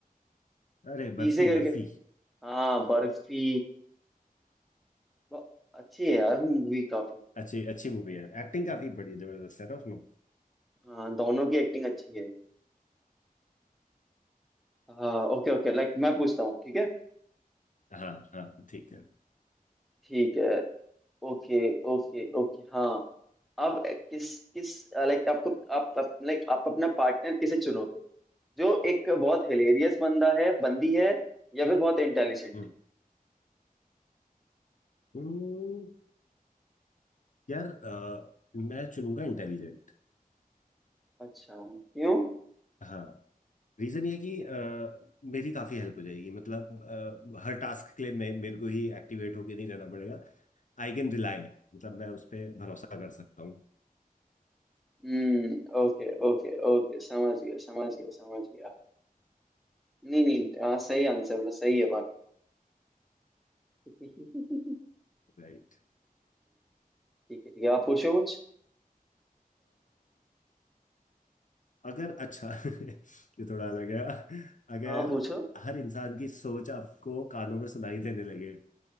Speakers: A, on the left; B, in the centre.
A: अरे
B: पीसे
A: बर्फी
B: करके
A: बर्फी
B: हाँ बर्फी वो अच्छी है यार वो मूवी काफी
A: अच्छी अच्छी मूवी है एक्टिंग काफी बड़ी जबरदस्त है ना उसमें
B: हाँ दोनों की एक्टिंग अच्छी है हाँ ओके ओके लाइक मैं पूछता हूँ ठीक है
A: हाँ हाँ ठीक है
B: ठीक है ओके ओके ओके हाँ आप किस किस लाइक आपको आप लाइक आप अपना पार्टनर किसे चुनोगे जो एक बहुत हिलेरियस बंदा है बंदी है या फिर बहुत इंटेलिजेंट
A: हम्म हम्म, यार अ, मैं चुनूंगा इंटेलिजेंट
B: अच्छा क्यों
A: हाँ रीजन ये कि अ, मेरी काफी हेल्प हो जाएगी मतलब अ, हर टास्क के लिए मैं मेरे को ही एक्टिवेट होके नहीं रहना पड़ेगा आई कैन रिलाई मतलब मैं उस पर भरोसा कर सकता हूँ
B: हम्म ओके ओके ओके समझ गया समझ गया समझ गया नहीं नहीं हाँ सही आंसर मतलब सही है बात <laughs> ओके
A: राइट
B: ठीक है ठीक है आप पूछो कुछ
A: अगर अच्छा <laughs> ये थोड़ा अलग है अगर
B: हाँ पूछो
A: हर इंसान की सोच आपको कानों में सुनाई देने लगे